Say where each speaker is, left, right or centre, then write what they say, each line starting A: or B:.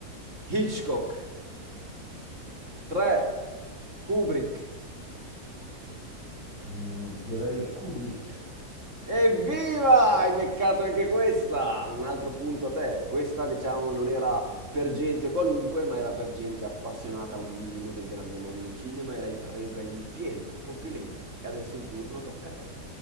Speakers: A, on the right; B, on the right.
A: Hitchcock. 3. Kubrick.
B: Mm, direi Kubrick.
A: Evviva! Hai beccato anche questa! Un altro punto a te. Questa, diciamo, non era per gente qualunque, ma era per gente appassionata un minimo del grande mondo del cinema e l'hai presa in pieno. Complimenti. E adesso il turno tocca a te.